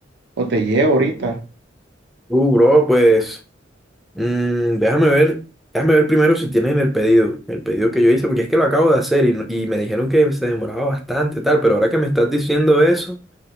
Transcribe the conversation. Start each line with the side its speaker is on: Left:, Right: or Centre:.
Right: o te llevo ahorita.
Centre: Uh, bro, pues. Mm, déjame ver, déjame ver primero si tienen el pedido, el pedido que yo hice, porque es que lo acabo de hacer y, no- y me dijeron que se demoraba bastante, tal, pero ahora que me estás diciendo eso,